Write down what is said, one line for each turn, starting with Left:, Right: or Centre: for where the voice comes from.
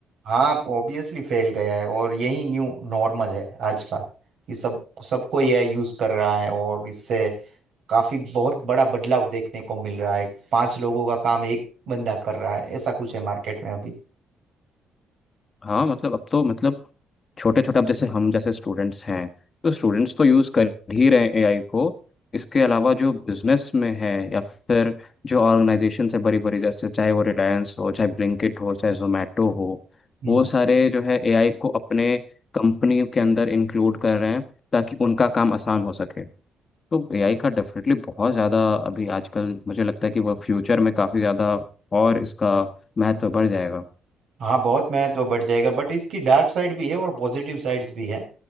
Right: हाँ आप ऑब्वियसली फैल गया है और यही न्यू नॉर्मल है आज का कि सब सबको ये यूज़ कर रहा है और इससे काफ़ी बहुत बड़ा बदलाव देखने को मिल रहा है पांच लोगों का काम एक बंदा कर रहा है ऐसा कुछ है मार्केट में अभी
Left: हाँ मतलब अब तो मतलब छोटे छोटे अब जैसे हम जैसे स्टूडेंट्स हैं तो स्टूडेंट्स तो यूज़ कर ही रहे हैं एआई को इसके अलावा जो बिजनेस में है या फिर जो ऑर्गेनाइजेशन है बड़ी बड़ी जैसे चाहे वो रिलायंस हो चाहे ब्लिंकिट हो चाहे जोमेटो हो
Right: हम्म
Left: वो सारे जो है एआई को अपने कंपनी के अंदर इंक्लूड कर रहे हैं ताकि उनका काम आसान हो सके तो एआई का डेफिनेटली बहुत ज़्यादा अभी आजकल मुझे लगता है कि वह फ्यूचर में काफ़ी ज़्यादा और इसका महत्व बढ़ जाएगा
Right: हाँ बहुत महत्व बढ़ जाएगा बट इसकी डार्क साइड भी है और पॉजिटिव साइड्स भी है